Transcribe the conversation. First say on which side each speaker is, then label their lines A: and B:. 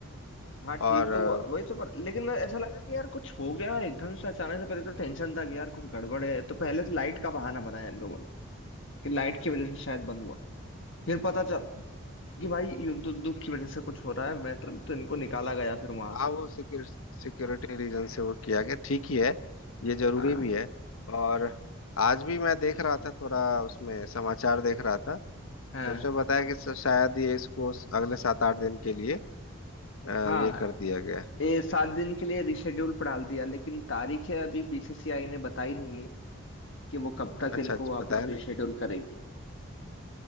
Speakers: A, on the left; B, on the left.
A: हाँ ठीक
B: और
A: तो हुआ- वही तो पर लेकिन मैं ऐसा लगा कि यार कुछ हो गया एकदम से अचानक से पहले तो टेंशन था कि यार कुछ गड़बड़ है तो पहले तो लाइट का बहाना बनाया इन लोगों ने कि लाइट की वजह से शायद बंद हुआ फिर पता चल कि भाई युद्ध उद्योग की वजह से कुछ हो रहा है मैटर तो इनको निकाला गया फिर वहां
B: हाँ
A: से
B: वो सिक्योर, सिक्योरिटी रीजन से वो किया गया ठीक ही है ये जरूरी
A: हाँ
B: भी है और आज भी मैं देख रहा था थोड़ा उसमें समाचार देख रहा था
A: हाँ
B: तो उसमें बताया कि स- शायद ये इसको अगले सात आठ दिन के लिए अ,
A: हाँ
B: ये कर दिया गया है।
A: ये सात दिन के लिए रिशेड्यूल पर डाल दिया लेकिन तारीख है अभी बीसीसीआई ने बताई नहीं है कि वो कब तक
B: अच्छा
A: इनको
B: अच्छा,
A: वापस
B: बताया नहीं
A: रिशेड्यूल करेगी